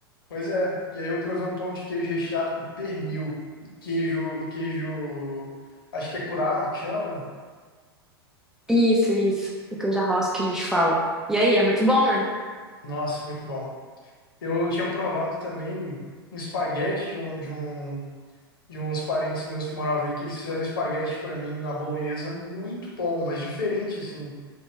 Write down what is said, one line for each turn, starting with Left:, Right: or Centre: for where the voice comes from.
Left: pois é, e aí eu provei um pão de queijo recheado com pernil, e queijo e queijo, acho que é curado que chama.
Centre: Isso, isso. O canja rosca que a gente fala. E aí, é muito bom, né?
Left: Nossa, muito bom. Eu tinha provado também um espaguete de um, de um de uns parentes meus que moravam aí que eles fizeram espaguete para mim, a bolonhesa, muito bom, mas diferente assim.